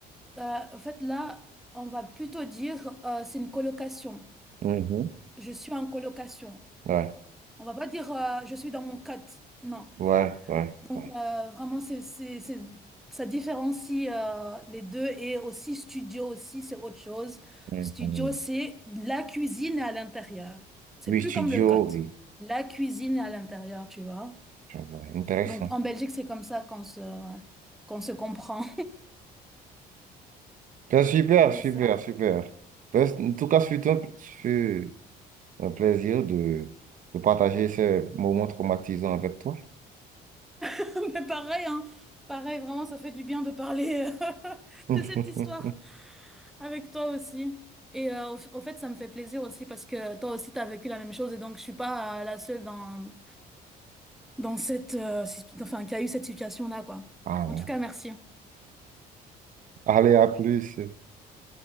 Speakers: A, in the centre; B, on the right.
A: euh, en fait, là, on va plutôt dire euh, c'est une colocation.
B: Mhm.
A: je suis en colocation.
B: Ouais,
A: On va pas dire euh, je suis dans mon cote. Non.
B: ouais, ouais,
A: Euh,
B: ouais.
A: vraiment, c'est, c'est, c'est- ça différencie euh, les deux et aussi studio aussi, c'est autre chose.
B: Mhm.
A: Studio, c'est la cuisine est à l'intérieur. C'est
B: Oui,
A: plus
B: studio,
A: comme le cote.
B: oui.
A: La cuisine est à l'intérieur, tu vois.
B: Je vois. Intéressant.
A: Donc en Belgique, c'est comme ça qu'on se, ouais, qu'on se comprend.
B: Ben, super,
A: <laughs> C'est
B: super,
A: ça.
B: super. Ben, c- en tout cas, c'est un, ce fut un plaisir de, de partager ces moments traumatisants avec toi.
A: <laughs> Mais pareil, hein. Pareil, vraiment, ça fait du bien de parler euh, <laughs>
B: <laughs>
A: de cette histoire avec toi aussi. Et euh, au, au fait, ça me fait plaisir aussi parce que toi aussi, t'as vécu la même chose et donc je suis pas euh, la seule dans, dans cette, euh, situ- enfin, qui a eu cette situation-là, quoi.
B: Ah, ouais.
A: En tout cas, merci.
B: Allez, à plus.